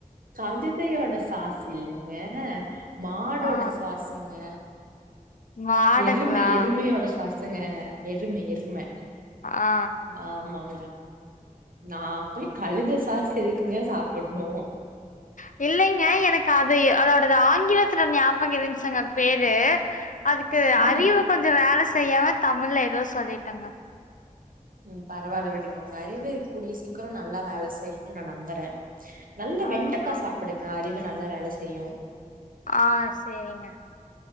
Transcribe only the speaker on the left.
ஆ
மாடுங்களா
ஆ
ஆ இல்லைங்க எனக்கு அது அதோடது ஆங்கிலத்துல ஞாபகம் இருஞ்சங்க பேரு அதுக்கு
அறிவு கொஞ்ஜோம் வேல செய்யாம தமிழ்ல ஏதோ சொல்லிட்டங்க
ஆ
ஆமாங்க
ஆ செரிங்க